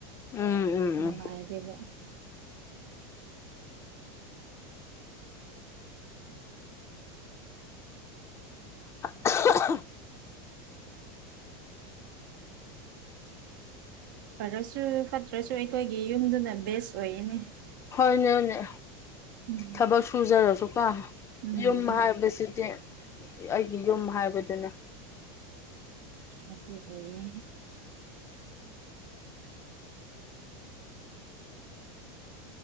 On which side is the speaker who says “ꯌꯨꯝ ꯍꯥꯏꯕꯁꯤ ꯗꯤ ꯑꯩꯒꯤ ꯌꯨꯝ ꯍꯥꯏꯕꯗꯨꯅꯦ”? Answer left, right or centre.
Left